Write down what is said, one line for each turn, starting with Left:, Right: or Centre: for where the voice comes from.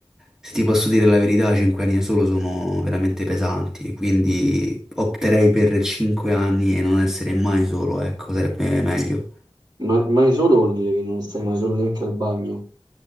Centre: se ti posso dire la verità, cinque anni da solo sono veramente pesanti, quindi opterei per cinque anni e non essere mai solo, ecco, sarebbe meglio.
Right: Ma mai solo vuol dire che non stai mai solo neanche al bagno.